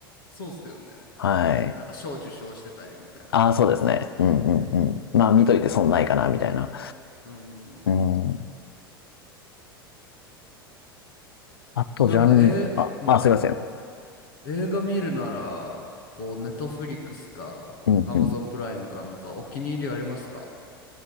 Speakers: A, on the left (about 65°); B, on the left (about 80°).
A: そうっすよね。
B: はい。
A: なんか賞受賞してたりみたいな
B: ああ、そうですね。うんうんうん。
A: とことか。
B: まあ、見といて損ないかな、
A: うん、
B: みたいな。
A: うん、うんうんうん
B: うん。あと、
A: なんか、
B: ジャンル、
A: えー、
B: あ、
A: うん、
B: あ、すいません。
A: 映画見るなら、こう、ネットフリックスか、
B: うんうん。
A: アマゾンプライムかなんか、お気に入りありますか